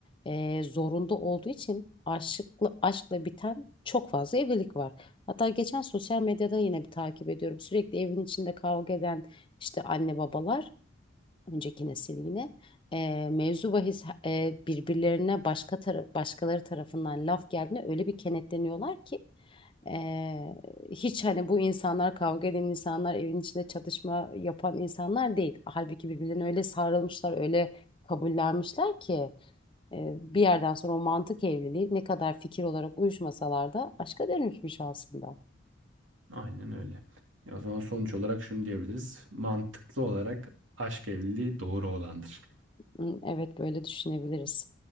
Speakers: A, on the left; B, on the right.
A: eee, zorunda olduğu için aşıkla, aşkla biten çok fazla evlilik var. Hatta geçen sosyal medyada yine bir takip ediyorum. Sürekli evin içinde kavga eden işte anne babalar önceki nesil yine e, mevzu bahis e, birbirlerine başka tara- başkaları tarafından laf geldiğinde öyle bir kenetleniyorlar ki e, hiç hani bu insanlar kavga eden insanlar evin içinde çatışma yapan insanlar değil. Halbuki birbirlerine öyle sarılmışlar öyle kabullenmişler ki e, bir yerden sonra o mantık evliliği ne kadar fikir olarak uyuşmasalar da aşka dönüşmüş aslında.
B: Aynen öyle. Ya o zaman sonuç olarak şunu diyebiliriz. Mantıklı olarak aşk evliliği doğru olandır.
A: Hı, Evet böyle düşünebiliriz.